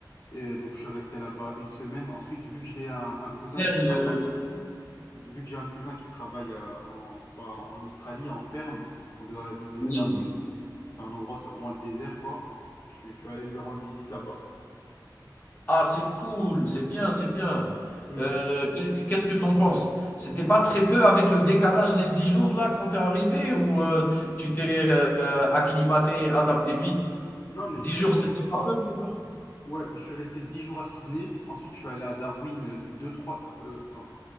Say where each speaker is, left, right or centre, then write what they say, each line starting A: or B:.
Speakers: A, on the left; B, on the left.
A: et donc je suis resté là-bas une semaine. Ensuite, vu que j'ai un, un cousin
B: Sérieux?
A: qui travaille, vu que j'ai un cousin qui travaille euh, en bah, en Australie en ferme, donc dans la ville de
B: Oui.
A: Darwin, c'est un endroit, c'est vraiment le désert quoi. Je, suis- je suis allé lui rendre visite là-bas.
B: Ah, c'est cool, c'est bien, c'est bien.
A: Hum.
B: Heu, qu'est-ce que qu'est-ce que tu penses? C'était pas très peu avec le décalage, les 10 jours là quand t'es arrivé ou, heu, tu t'es, heu, acclimaté, adapté vite?
A: Non mais
B: 10
A: justement.
B: jours, c'était pas peu pour toi?
A: Ouais, mais je suis resté 10 jours à Sydney. Ensuite, je suis allé à Darwin, heu, 2-3, heu, attends,